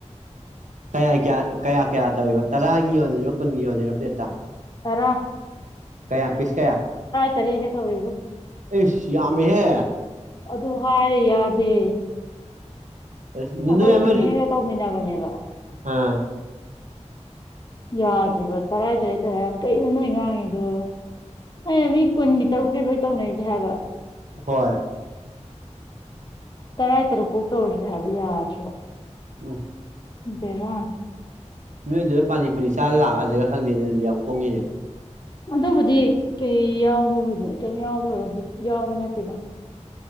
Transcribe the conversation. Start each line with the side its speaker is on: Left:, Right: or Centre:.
Right: ꯀꯌꯥꯒꯤ ꯀꯌꯥ ꯀꯌꯥ ꯇꯧꯢꯕ ꯇꯔꯥꯒꯤ ꯌꯣꯜꯂꯤꯔꯣ ꯀꯨꯟꯒꯤ ꯌꯣꯜꯂꯤꯔꯣ ꯄ꯭ꯂꯦꯠꯇ
Left: ꯇꯔꯥ
Right: ꯀꯌꯥ ꯄꯤꯁ ꯀꯌꯥ
Left: ꯇꯔꯦ꯭ꯠ ꯀꯥ ꯇꯧꯏꯔꯦꯕꯨ
Right: ꯏꯁ ꯌꯥꯝꯃꯦꯍꯦ
Left: ꯑꯗꯨ ꯍꯥꯏꯔꯦ ꯌꯥꯗꯦ
Right: ꯑꯁ
Left: ꯑꯩꯈꯣꯏ
Right: ꯅꯣꯏ ꯑꯃ
Left: ꯏꯅꯦꯒ ꯇꯧꯃꯤꯟꯅꯕꯅꯦ <unintelligible>
Right: ꯑꯥ
Left: ꯌꯥꯗ꯭ꯔꯤꯕ ꯇꯔꯥꯏ ꯇꯔꯦꯠ ꯇꯧꯋꯦ ꯍꯥꯏꯔ ꯀꯩꯅꯣ ꯅꯣꯏ ꯉꯥꯡꯉꯤꯗꯣ ꯑꯩꯅ ꯃꯤ ꯀꯨꯟꯒꯤ ꯇꯔꯨꯛꯅꯦ ꯂꯣꯏ ꯇꯧꯅꯔꯤꯁꯦ ꯍꯥꯏꯕ
Right: ꯍꯣꯏ
Left: ꯇꯔꯥꯏ ꯇꯔꯨꯛ ꯐꯧ ꯇꯧꯔꯁꯦ ꯍꯥꯏꯕ ꯌꯥꯗ꯭ꯔꯤꯕ
Right: ꯎꯝ
Left: ꯕꯦꯔꯅꯦ
Right: ꯅꯣꯏꯗꯨꯗ ꯄꯥꯅꯤ ꯄꯨꯨꯔꯤ ꯆꯥꯔ ꯂꯥꯛꯑꯖꯤꯔ ꯈꯪꯗꯦꯅꯦ ꯑꯗꯨꯗꯤ ꯌꯥꯎ ꯍꯣꯡꯉꯦꯅꯦ
Left: ꯑꯗꯨꯕꯨꯗꯤ ꯀꯩ ꯌꯥꯎꯕꯕꯨꯗꯤ ꯀꯩꯝ ꯌꯥꯎꯕ ꯑꯗꯨ ꯌꯥꯎꯕ ꯅꯠꯇꯦꯗ